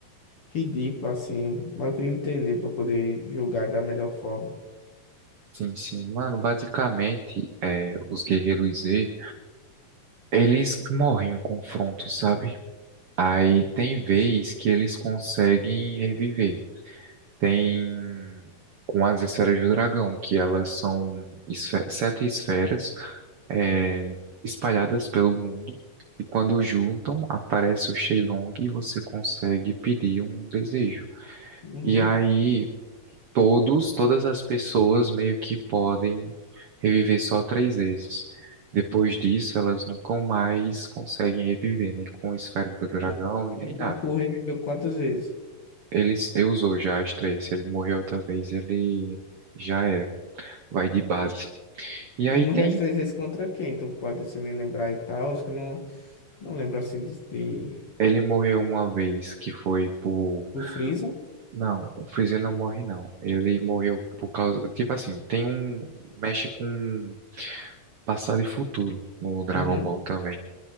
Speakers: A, on the left; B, on the right.
A: ridículo, assim. Mas eu queria entender pra poder julgar da melhor forma.
B: Sim, sim, mano, basicamente, é, os Guerreiros Z Eles morrem em confronto, sabe? Aí tem vez que eles conseguem reviver. Tem com as esferas do dragão, que elas são esfe- sete esferas é, espalhadas pelo mundo. E quando juntam, aparece o Shenlong e você consegue pedir um desejo.
A: Uhum.
B: E aí todos, todas as pessoas meio que podem reviver só três vezes. Depois disso, elas nunca mais conseguem reviver, nem com o esfera do dragão
A: E,
B: e
A: e
B: nem
A: o Goku
B: nada.
A: reviveu quantas vezes?
B: Ele, ele usou já as três. Se ele morreu outra vez, ele já era. Vai de base. E
A: Ele
B: aí
A: morreu
B: tem.
A: as três vezes contra quem? Então pode se me lembrar e tal. Acho que eu não, não lembro assim de, de...
B: Ele morreu uma vez que foi por.
A: O Freeza.
B: Não, o Freezer não morre, não. Ele morreu por causa. Tipo assim, tem um. Mexe com passado e futuro no Dragon
A: Uhum.
B: Ball também.